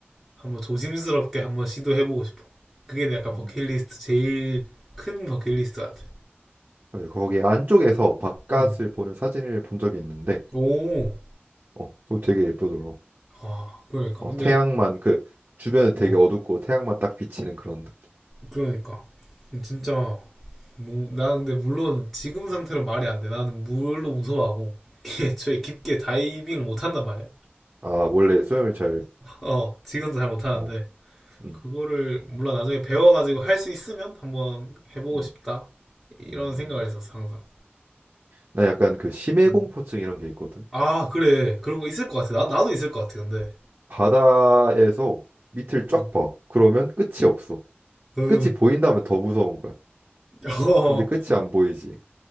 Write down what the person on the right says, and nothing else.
음.
맞아. 거기 안쪽에서 바깥을
보는 사진을 본 적이 있는데,
어, 그거 되게 예쁘더라고.
어,
태양만 그 주변은 되게
어둡고 태양만 딱 비치는 그런 느낌.
음.
아, 원래 수영을 잘,
어, 음,
음,
음.
나 약간 그 심해
공포증 이런 게 있거든.
바다에서 밑을 쫙
봐. 그러면 끝이 없어.
끝이 보인다면 더 무서운 거야.
근데 끝이 안 보이지.